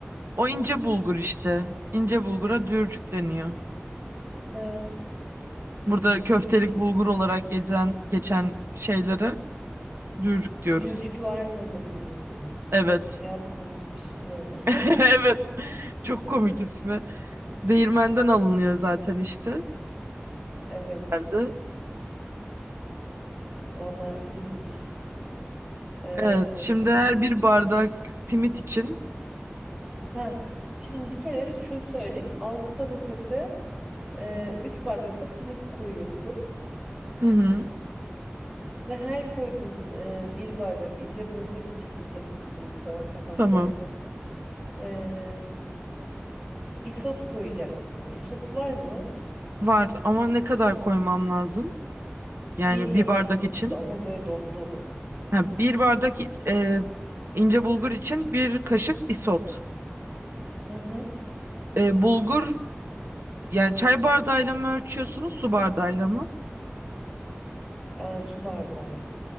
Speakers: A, on the right; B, on the right.
A: O ince bulgur işte. İnce bulgura dürcük deniyor.
B: He, düğürcük.
A: Burada köftelik bulgur olarak geçen geçen şeylere dürcük diyoruz.
B: Düğürcük var mı mı diyorsun?
A: Evet.
B: Biraz komikmiş değil mi?
A: <laughs> Evet.
B: <laughs>
A: Çok komik ismi. Değirmenden alınıyor zaten işte.
B: Evet.
A: Geldi.
B: Vallahi iyiymiş. Ee,
A: Evet. Şimdi
B: ne
A: her
B: diyecektim
A: bir bardak
B: ya?
A: simit için.
B: Ha, şimdi bir kere şunu söyleyeyim. altı patatese e, 3 bardak da simit koyuyorsun.
A: Hı hı.
B: Ve her koyduğun e, bir bardak ince bulgur için ince bulgur diyeyim sana kafan
A: Tamam.
B: karışmasın. E, isot koyacaksın. Isot var mı?
A: Var ama ne kadar koymam lazım? Yani
B: Bir yemek
A: bir bardak
B: kaşığı
A: için.
B: da- ama böyle dolu dolu.
A: Ha, bir bardak i- e, ince bulgur için bir kaşık isot.
B: Hı hı.
A: E, bulgur yani çay bardağıyla mı ölçüyorsunuz su bardağıyla mı?
B: E, su bardağıyla.